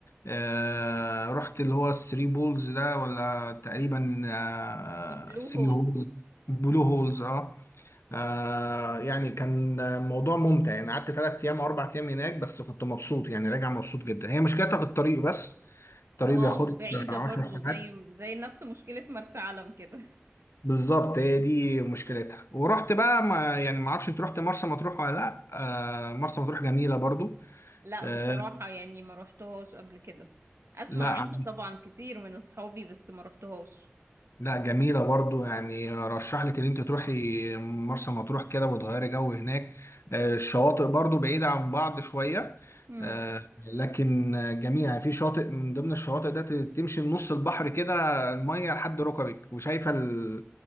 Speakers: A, on the left; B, on the right.
A: آه، رحت اللي هو الثري بولز ده ولا تقريبا آه،
B: البلو
A: ثري
B: هولز
A: هولز بلو هولز اه آه يعني كان موضوع ممتع يعني قعدت ثلاث ايام او اربع ايام هناك بس كنت مبسوط يعني راجع مبسوط جدا هي مشكلتها في الطريق بس الطريق
B: اه
A: بياخد
B: بعيدة
A: لي 10
B: برضو
A: ساعات
B: زي زي نفس مشكلة مرسى علم كده
A: بالظبط هي دي مشكلتها ورحت بقى ما يعني ما اعرفش انت رحت مرسى مطروح ولا لا آه مرسى مطروح جميله برضو
B: لا
A: آه
B: بصراحة يعني ما روحتهاش قبل كده اسمع
A: لا
B: عنها طبعا كتير من اصحابي بس ما روحتهاش
A: لا جميلة برضو يعني رشح لك ان انت تروحي مرسى مطروح كده وتغيري جو هناك آه، الشواطئ برضو بعيدة عن بعض شوية
B: امم
A: آه، لكن جميلة يعني في شاطئ من ضمن الشواطئ ده ت- تمشي من نص البحر كده المية لحد ركبك وشايفة ال-